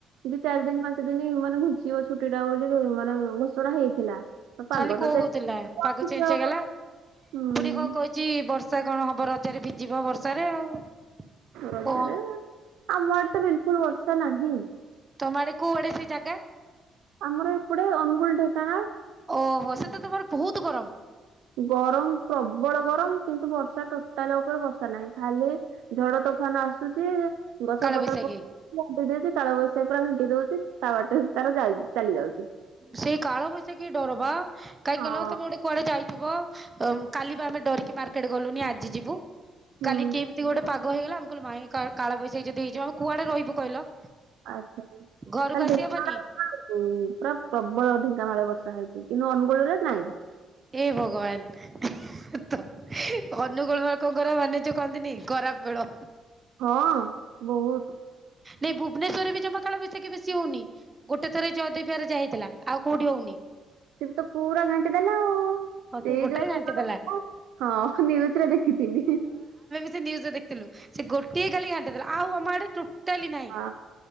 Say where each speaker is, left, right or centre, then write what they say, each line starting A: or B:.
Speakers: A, on the right (about 85°); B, on the right (about 25°).
A: ଦି ଚାରି ଦିନ ପାଞ୍ଚ ଦିନ ମାନେ ଘୁଚିବ ଛୁଟି ଟା ବୋଲି ମାନେ ଘୋଷଣା ହେଇଥିଲା। ପାଗ
B: ଖାଲି କହୁଥିଲା
A: ତ ଚେଞ୍ଜ
B: ପାଗ ଚେଞ୍ଚ ହେଇଗଲା
A: ହୁଁ
B: ଫୁଣି କଣ କହି ଛି ବର୍ଷା କଣ ହବ ରଜରେ ଭିଜିବ ବର୍ଷାରେ ଆଉ।
A: ରଜରେ
B: କଣ
A: ଆମ ଆଡେ ତ ବିଲକୁଲ ବର୍ଷା ନାହିଁ।
B: ତମ ଆଡେ କୋଉ ଆଡେ ସେ ଜାଗା।
A: ଆମର ଏପଟେ ଅନୁଗୁଳ ଢେଙ୍କାନାଳ।
B: ଓହୋ ସେ ତ ତମର ବହୁତ ଗରମ।
A: ଗରମ ପ୍ରବଳ ଗରମ କିନ୍ତୁ ବର୍ଷା ଟୋଟାଲ ଉପରେ ବର୍ଷା ନାହିଁ ଖାଲି ଝଡ ତୋଫାନ ଆସୁଛି ଗଛ
B: କାଳବୈଶାଖୀ
A: ପତର ଘାଣ୍ଟି ଦଉଛି କାଳ ବୈଶାଖୀ ପୁରା ଘାଣ୍ଟି ଦଉଛି ତା ବାଟେ ତାର ଯା ଚାଲି ଯାଉଛି।
B: ସେଇ କାଳ ବୟୀ ସକୀ ଡର ବା କାଇହିଁକ
A: ହଁ
B: ଗଲ ତମେ ଗୋଟେ କୁଆଡେ ଯାଇଥିବ କାଲି ବା ଆମେ ଡରିକି ମାର୍କେଟ ଗଲୁନି ଆଜି ଯିବୁ।
A: ହୁଁ
B: କାଲି କେମିତି ଗୋଟେ ପାଗ ହେଗଲା ଆମେ କହିଲ ମାଇ କଳବଶାଖୀ ଯଦି ହେଇଯିବ ଆମେ କୁଆଡେ ରହିବୁ କହିଲ।
A: ଆଚ୍ଛା କାଲ
B: ଘରକୁ ଆସିହବନି
A: <unintelligible> ହୁଁ ପୁରା ପ୍ରବଳ ଢଙ୍କା ମାଳ ବର୍ଷା ହେଇଛି କିନ୍ତୁ ଅନୁଗୋଳରେ ନାଇଁ।
B: ଏ ଭଗବାନ ତ ଅନୁଗୋଳ ମାର୍କଙ୍କର ମାନେଜ କହନ୍ତିନି ଖରାପ ବେଲ।
A: ହଁ ବହୁତ।
B: ନାଇଁ ଭୁବନେଶ୍ରରେ ବି ଜମାଖେଳ ବିଶିକି ବେଶୀ ହଉନି। ଗୋଟେ ଥରେ ଜଦି ପିରେ ଯାଇଥିଲା ଆଉ କୋଉଠି ହଉନି।
A: ସେ ବି ତ ପୁରା ଘାଣ୍ଟି ଦେଲା ଆଉ।
B: ହଁ ସେଇ
A: ସେ
B: ଗୋଟାଏ
A: ଯୋ
B: ଘାଣ୍ଟି
A: ସେ <unintelligible>
B: ଦେଲା
A: ହଁ ନିୟୁଚରେ ଦେଖିଥିନୀ।
B: ଜ ନିୟୁଜ୍ ରେ ଦେଖିଥିଲୁ ସେ ଗୋଟିଏ କାଲି ଘାଣ୍ଟ ଆଉ ଆମ ଆଡେ ଟୋଟାଲି ନାହିଁ।
A: ହଁ